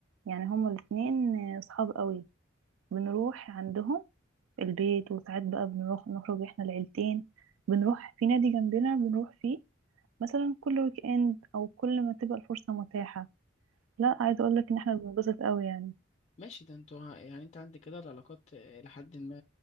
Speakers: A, on the right; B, on the left.
A: يعني هما الاتنين آه، صحاب قوي بنروح عندهم البيت وساعات بقى بنروح نخرج احنا العيلتين بنروح في نادي جنبنا بنروح فيه مثلا كل ويك اند او كل ما تبقى الفرصة متاحة لا
B: آه،
A: عايزة اقول لك ان احنا بننبسط قوي يعني
B: ماشي ده انتوا ه- يعني انت عندك كده العلاقات آه، لحد ما